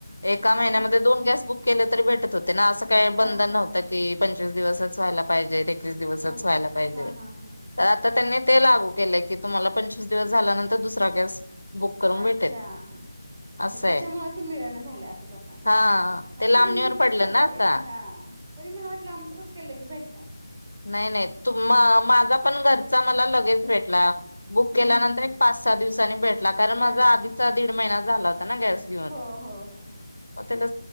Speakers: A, on the left; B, on the right.
A: एका महिन्यामध्ये
B: हा हा
A: दोन गॅस बुक केले, तरी भेटत होते ना असं काही बंधन
B: अच्छा
A: नव्हतं की पंचवीस दिवसच व्हायला पाहिजेत, एकवीस दिवसच
B: ओके
A: व्हायला पाहिजेत
B: हा हा हा
A: तर आता त्यांनी ते लागू केलेय की, तुम्हाला पंचवीस दिवस झाल्यानंतर दुसरा गॅस बुक करून
B: अच्छा
A: भेटेल
B: म्हणजे
A: असं
B: त्याच्यामुळे
A: आहे
B: ते मिळणं झालंय असं लोकांना,
A: हा ते
B: ह
A: लांबणीवर
B: तरी मी विचार
A: पडलं
B: करते
A: ना आता
B: हा तरी मला वाटलं आमचं कस लगे भेटला?
A: नाही नाही तु म माझा पण घरचा मला लगेच भेटला. बुक
B: हम्म
A: केल्यानंतर
B: हम्म हम्म
A: एक पाच- सहा दिवसांनी भेटला, कारण
B: लगेच
A: माझा आधीचा दीड महिना झाला होता ना गॅस. घेऊन
B: हो हो हो ह
A: मग ते ल